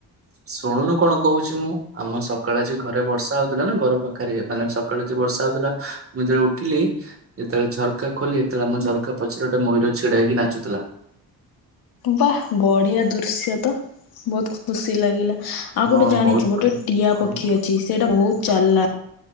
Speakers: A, on the right; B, on the left.
A: ଶୁଣୁନୁ କଣ କହୁଛି ମୁଁ ଆମ ସକାଳେ ଯ ଘରେ ବର୍ଷା ହଉଥିଲା ନା ଘର ପାଖରେ ମାନେ ସକ୍ କାଳେ ଯୋଉ ବର୍ଷା ହଉଥିଲା। ମୁଁ ଯେତେବେଳେ ଉଠିଲି ଯେତେବେଳେ ଝରକା ଖୋଲିଲି ଯେତେବେଳେ ଆମ ଝରକା ପଛରେ ଗୋଟେ ମୟୂର ଛିଡା ହେଇକି ନାଚୁଥିଲା।
B: ବା ବଢିଆ ଦୃଶ୍ୟ ତ ବହୁତ ଖୁସି ଲାଗିଲା। ଆଉ
A: ହଁ
B: ଗୋଟେ ଜାଣିଛୁ
A: ବହୁତ
B: ଗୋଟେ
A: ବଢିଆ
B: ଟିଆ ପକ୍ଷୀ
A: ହୁଁ,
B: ଅଛି ସେଇଟା ବହୁତ ଚାଲା